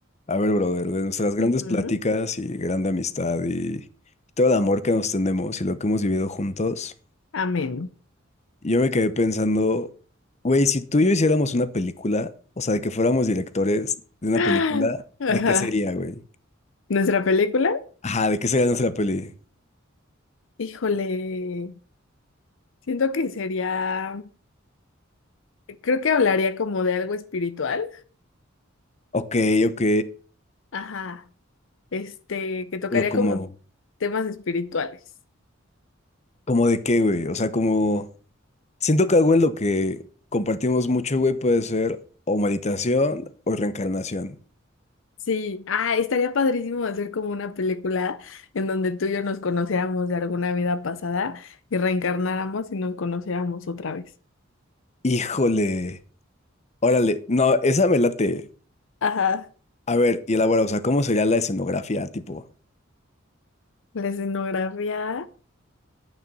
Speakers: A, on the left (about 35°); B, on the left (about 70°).
A: A ver, brother, de nuestras grandes
B: Ujú.
A: pláticas y grande amistad y todo el amor que nos tenemos y lo que hemos vivido juntos,
B: Amén. <gasps>
A: yo me quedé pensando, güey, si tú y yo hiciéramos una película, o sea, de que fuéramos directores de una
B: Ah,
A: película,
B: Ajá.
A: ¿de qué sería, güey?
B: ¿Nuestra película?
A: Ajá, ¿de qué sería nuestra peli?
B: Híjole, siento que sería, creo que hablaría como de algo espiritual.
A: Ok, ok,
B: Ajá, este, que tocaría
A: pero como,
B: como temas espirituales.
A: como de qué, güey? O sea, como, siento que algo en lo que compartimos mucho, güey, puede ser o meditación o reencarnación.
B: Sí, ah, estaría padrísimo hacer como una película en donde tú y yo nos conociéramos de alguna vida pasada y reencarnáramos y nos conociéramos otra vez.
A: Híjole, órale, no, esa me late.
B: Ajá,
A: A ver, y elabora, o sea, ¿cómo sería la escenografía, tipo?
B: la escenografía.